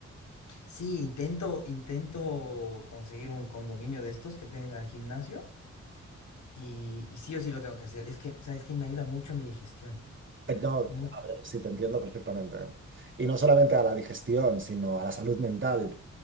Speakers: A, on the left (about 80°); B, on the right (about 40°).
A: Sí, intento, intento conseguir un condominio de estos que tenga gimnasio y, y sí o sí lo tengo que hacer. Es que, ¿sabes que Me ayuda mucho a mi digestión.
B: Eh, No,
A: Mucho.
B: a ver, sí, te entiendo perfectamente. Y no solamente a la digestión, sino a la salud mental,